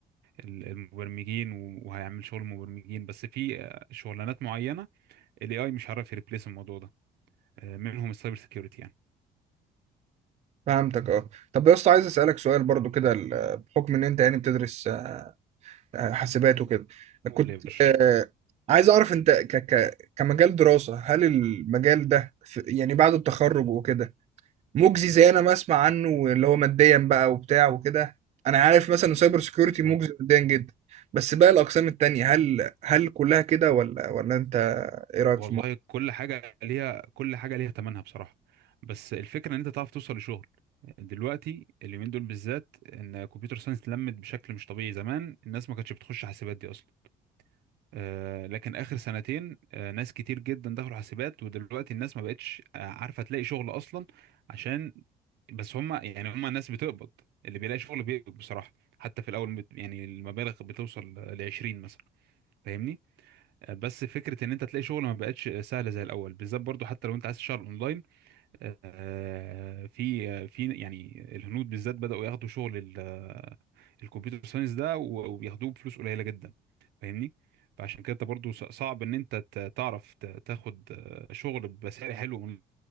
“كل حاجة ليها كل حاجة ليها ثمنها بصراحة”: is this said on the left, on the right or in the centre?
Right